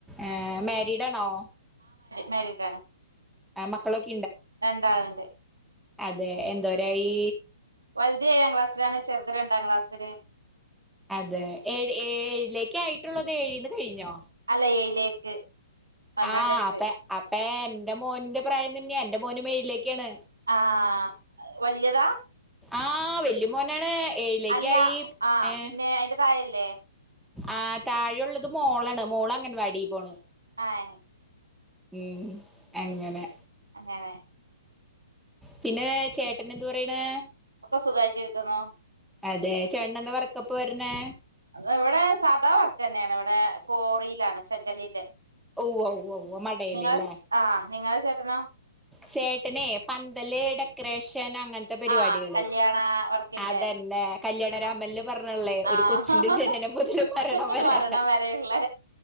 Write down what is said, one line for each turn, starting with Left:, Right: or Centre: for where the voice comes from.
Centre: ഏ മാരിഡാണോ
Right: മാരിടാണ്
Centre: ആ മക്കളൊക്ക
Right: രണ്ടാള്ണ്ട്
Centre: അതെ എന്തോരായി
Right: വലുത് ഏഴാം ക്ലാസിലാണ് ചെറുത് രണ്ടാം ക്ലാസി ല്
Centre: അതെ ഏഴ് ഏഴിലേക്ക് ആയി മറ്റുള്ളത് എഴീന്ന് കഴിഞ്ഞോ
Right: അല്ല ഏഴിലേക്ക് പന്ത്രണ്ട്
Centre: ആഹ്
Right: വയസ്സ്
Centre: അപ്പ അപ്പേൻ എന്റെ മോന്റെ പ്രായം തന്നെയാ എന്റെ മോനും ഏഴിലേക്കാണ്
Right: ആഹ് വല്ല്യതാ
Centre: ആ വെല്ലിയ മോനാണ് ഏഴിലേക്കായി
Right: അല്ല ആഹ്
Centre: ഏഹ്
Right: പിന്നെ അയിന്റെ താഴല്ലേ
Centre: ആ താഴെ ഒള്ളത് മോളാണ് മോള് അംഗൻവാടി പോണ്
Right: ആഏ
Centre: ഉം അങ്ങനെ
Right: അതെയതെ
Centre: പിന്നെ ചേട്ടന് എന്ത് പറയ്ണ്
Right: ഒക്ക സുഖായിട്ടിരിക്കുണു
Centre: അതെ ചേട്ടന് എന്താ വർക്കപ്പ വരണേ
Right: അത് ഇവിടെ സാദാ വർക്കന്നേണ് ഇവിടെ കോറിയിലാണ് ചെങ്കല്ലിന്റെ
Centre: ഉവ്വ ഉവ്വ ഉവ്വ ഉവ്വ മടയില്
Right: നിങ്ങൾ
Centre: ലേ
Right: ആഹ് നിങ്ങളെ ചേട്ടനോ
Centre: ചേട്ടനെ പന്തല് ഡെക്കറേഷ ഷൻ അങ്ങനത്തെ പരിപാടികള്
Right: ആഹ് കല്യാണ വർക്കിന്റെ
Centre: അതന്നെ കല്യാണ രാമൻല്
Right: ആഹ്
Centre: പറഞ്ഞ്ള്ളേ ഒരു
Right: ആഹ്
Centre: കൊച്ചിന്റെ ജനനം മുതല് മരണം വരെ
Right: മരണം വരെയുള്ള